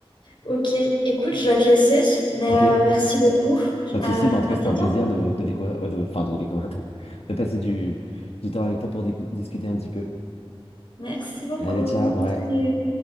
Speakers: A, on the left (about 55°); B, on the left (about 75°).
A: Ok, écoute, je vais te laisser. Mais
B: Ok,
A: euh, merci beaucoup.
B: pas de
A: à
B: souci. Bah, en tout cas,
A: à
B: c'était
A: bientôt.
B: un plaisir de, de découvrir, euh, de, enfin, de découvrir, attends, de passer du, du temps avec toi pour di- discuter un petit peu.
A: Merci beaucoup.
B: Allez, ciao, ouais.
A: Salut.